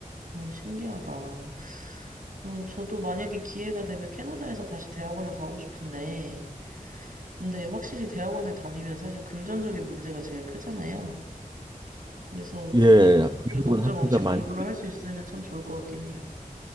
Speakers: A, on the right; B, on the right.
A: 어, 신기하다. 어, 저도 만약에 기회가 되면 캐나다에서 다시 대학원을 가고 싶은데, 근데 확실히 대학원을 다니면 사실 금전적인 문제가 제일 크잖아요. 그래서
B: 예,
A: 그, 그
B: 미국은
A: 걱정
B: 학비가
A: 없이
B: 많이
A: 공부를 할 수 있으면 참 좋을 것 같긴 해요.